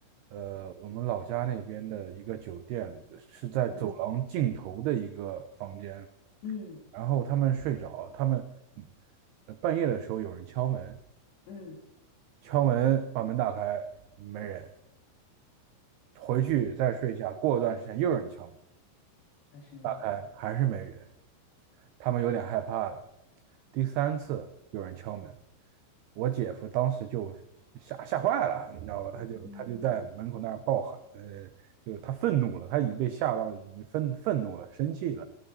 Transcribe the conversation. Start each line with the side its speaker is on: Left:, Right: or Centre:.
Right: 呃，我们老家那边的一个酒店，是在走廊尽头的一个房间。
Left: 嗯嗯
Right: 然后他们睡着，他们嗯呃半夜的时候有人敲门，
Left: 嗯，
Right: 敲门把门打开，没人。回去再睡一下，过一段时间又有人敲门，
Left: 还是没人。
Right: 打开还是没人。他们有点害怕了。第三次有人敲门，我姐夫当时就吓吓坏了，你知道吧？他就他就在门口那儿暴喊，
Left: 嗯嗯
Right: 呃，就是他愤怒了，他已经被吓到了，已经愤愤怒了，生气了。